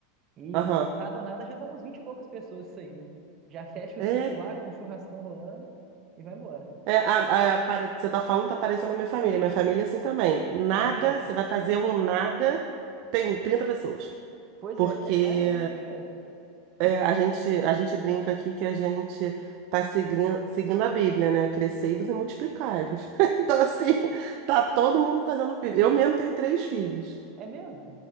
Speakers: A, on the right; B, on the right.
A: E
B: Aham.
A: nada, nada, já dá umas 20 e poucas pessoas isso aí, né? Já fecha
B: É,
A: o sítio lá com o churrascão rolando e vai embora.
B: é a, a- pare- você tá falando, tá parecendo a minha família. Minha família é assim também. Nada,
A: É mesmo?
B: você vai fazer um nada, tem 30 pessoas.
A: Pois
B: Porque
A: é, é mais ou menos por aí mesmo.
B: É, a gente, a gente brinca aqui que a gente tá seguindo, seguindo a Bíblia, né? Crescei e você multiplicai-vos. <laughs> Então, assim, tá todo mundo fazendo filho. Eu mesmo tenho três filhos.
A: É mesmo?